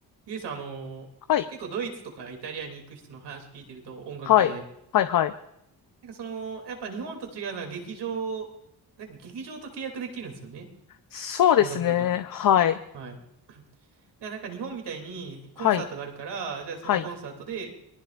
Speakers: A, on the right; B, on the left.
A: ゆえさん、あのー結構ドイツとかイタリアに行く人の話聞いてると音楽家で、
B: はい。はい。はい。はい。
A: なんかその、やっぱ日本と違うのは劇場、なんか劇場と契約できるんですよね、
B: そうですね。
A: 音楽家が。
B: はい。
A: はい。だからなんか日本みたいにコンサートがあるから、
B: はい。
A: じゃあそのコンサートでし
B: はい。